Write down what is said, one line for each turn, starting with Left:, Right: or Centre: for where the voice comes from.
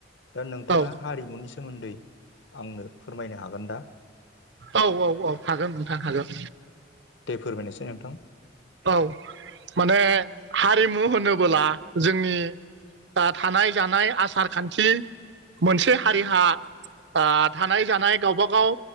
Left: दा नोंथाङा।
Right: औ
Left: हारिमुनि सोमोन्दै आंनो फोरमायनो हागोन दा।
Right: औ औ औ हागोन नोंथां हागोन।
Left: दै फोरमायनायसाय नोंथां।
Right: औ माने हारिमु होनोबोला जोंनि। ओ थानाय जानाय आसार खान्थि मोनसे हारिहा। ओ थानाय जानाय गावबा गाव